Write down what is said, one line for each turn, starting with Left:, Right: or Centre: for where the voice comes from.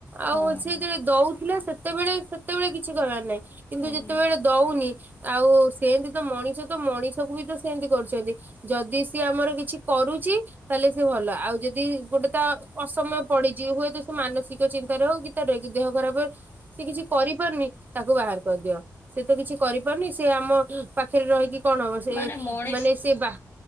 Right: ଆଉ
Left: ହଁ
Right: ସେ ଯେତେବେଳେ ଦଉଥିଲା ସେ ସେତେବେଳେ ସେତେବେଳେ କିଛି କରିବାର ନାହିଁ। କିନ୍ତୁ
Left: ଉଁ
Right: ଯେତେବେଳେ ଦଉନି ଆଉ ସେମତି ତ ମଣିଷ ତ ମଣିଷ ବି ତ ସେମିତି କରୁଛନ୍ତି। ଯଦି ସିଏ ଆମର କିଛି କରୁଛି ତାହେଲେ ସେ ଭଲ। ଆଉ ଯଦି ଗୋଟେ ତା ଅସମୟ ପଡିଛି ହୁଏତ ସେ ମାନସିକ ଚିନ୍ତାରେ ହଉ କି <unintelligible> ଦେହ ଖରାପ ସେ କିଛି କରିପାରୁନି ତାକୁ ବାହାର କରିଦିଅ। ସେ ତ କିଛି କରିପାରୁନି ସେ ଆମ ପାଖରେ ରହିକି କଣ ହବ। ସେ
Left: ମାନେ ମଣିଷ
Right: ମାନେ ସେବା